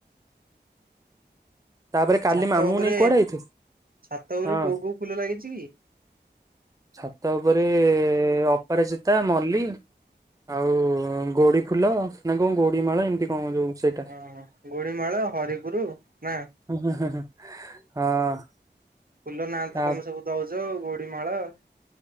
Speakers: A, on the right; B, on the right.
A: ତାପରେ କାଲି
B: ଛାତ
A: ମାମୁଁଙ୍କୁ
B: ଉପରେ
A: ନେଇ କୁଆଡେ ଆଇଥିଲୁ?
B: ଛାତ ଉପରେ
A: ହଁ
B: କୋଉ କୋଉ ଫୁଲ ଲାଗିଛି କି?
A: ଛାତ ଉପରେ ଅପରାଜିତା ମଲ୍ଳି ଆଉ ଗୋଡି ଫୁଲ ନା କଣ ଗୋଡି ମାଳ ଏମିତି କଣ ଯୋଉ ସେଇଟା
B: ଓହୋ ଗୋଡିମାଳ ହରିପୁର ନା
A: ହ ହଁ ହ ହଁ।
B: ଫୁଲ ନାଁ
A: ତା
B: ତ ତମେ ସବୁ ଦଉଛ ଗୋଡି ମାଳ